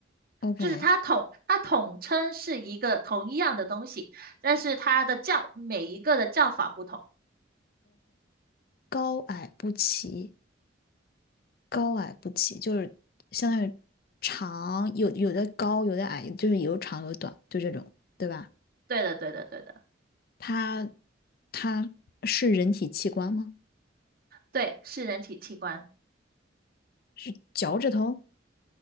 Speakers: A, on the left; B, on the right.
A: ？OK，OK，OK，
B: 就是它统它统称是一个同一样的东西，但是它的叫每一个的叫法不同。
A: 高矮不齐。高矮不齐，就是相当于长有有的高，有的矮，就是有长有短，就这种，对吧？
B: 对的，对的，对的，
A: 它它是人体器官吗？
B: 对，是人体器官，
A: 是脚趾头、